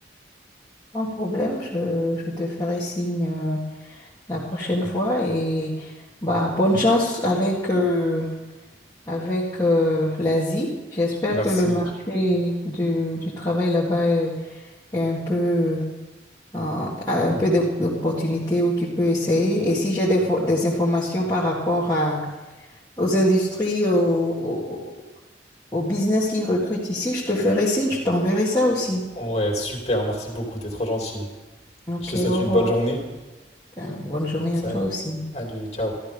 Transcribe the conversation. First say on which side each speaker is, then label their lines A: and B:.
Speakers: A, on the left; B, on the left.
A: Sans problème, je, je te ferai signe. euh, la prochaine fois. Et bah, bonne chance avec, euh, avec euh, l'Asie. J'espère
B: Merci.
A: que le marché du, du travail là-bas est, est un peu, euh, a un peu d'op- d'opportunités où tu peux essayer. Et si j'ai des, fo- des informations par rapport à, aux industries, au, au, au business qui recrutent ici, je te ferai signe, je t'enverrai ça aussi.
B: Ouais, super, merci beaucoup, t'es trop gentil.
A: Ok,
B: Je te souhaite
A: au
B: une
A: revoir.
B: bonne journée.
A: Euh, Bonne journée
B: Salut.
A: à toi aussi.
B: Adieu, ciao.